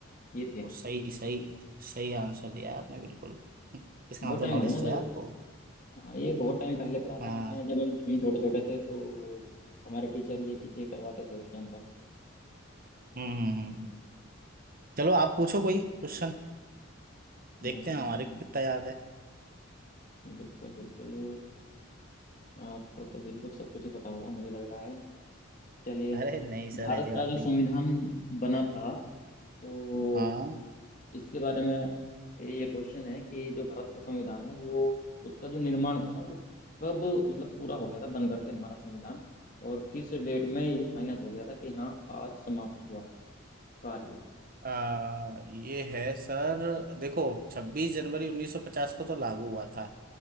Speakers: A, on the left; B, on the right.
A: ये थे
B: तो
A: शायद
B: सही सही सही आंसर दिया है आपने बिल्कुल इसका
A: बहुत
B: मतलब
A: टाइम
B: नॉलेज
A: हो गया ना
B: तो है
A: सर
B: आपको
A: हाँ ये बहुत टाइम पहले पढ़ा था
B: हाँ
A: हमने जब हम छोटे छोटे थे तो हमारे टीचर ये चीजें करवाते थे उस टाइम पर
B: हम्म हम्म, हम्म। हम्म। चलो आप पूछो कोई क्वेश्चन देखते
A: अम्म,
B: हैं हमारे को कितना याद है
A: बिल्कुल बिल्कुल आपको तो बिल्कुल सब कुछ ही पता होगा मुझे लग रहा है चलिए
B: अरे नहीं
A: भारत
B: सर ऐसी बात
A: का जो
B: नहीं
A: संविधान
B: है
A: बना था तो
B: हाँ
A: इसके बारे में ये क्वेश्चन है कि जो भारत का संविधान है वो उसका जो निर्माण था ना वो कब मतलब पूरा हो गया था बन करके हमारा संविधान और किस डेट में ये फाइनल हो गया था कि हाँ आज समाप्त हुआ कार्य
B: आ, ये है सर देखो छब्बीस जनवरी उन्नीस सौ पचास को तो लागू हुआ था